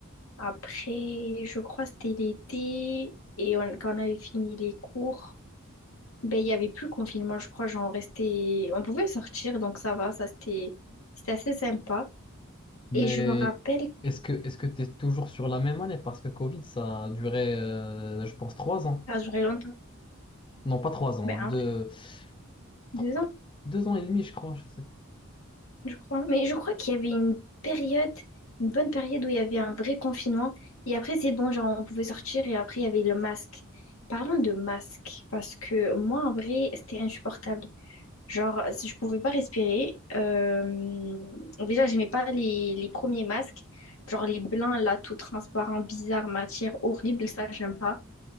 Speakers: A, on the left (about 85°); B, on the left (about 25°).
A: Après, je crois, c'était l'été. Et on- quand on avait fini les cours. Ben, il n'y avait plus le confinement, je crois. Genre, on restait... On pouvait sortir, donc ça va. Ça, c'était... C'était assez sympa.
B: Mais
A: Et je me rappelle, que
B: est-ce que est-ce que tu es toujours sur la même année? Parce que Covid, ça a duré, euh, je pense, trois ans.
A: ça a duré longtemps.
B: Non, pas trois ans,
A: Ben,
B: deux,
A: un- deux
B: trois-
A: ans,
B: deux ans et demi, je crois. Je sais pas.
A: je crois. Mais je crois qu'il y avait une période, une bonne période où il y avait un vrai confinement. Et après, c'est bon, genre, on pouvait sortir. Et après, il y avait le masque. Parlons de masque, parce que moi, en vrai, c'était insupportable. Genre, si je pouvais pas respirer, euh, déjà, j'aimais pas les, les premiers masques, genre les blancs, là, tout transparent, bizarre, matière horrible, ça, j'aime pas.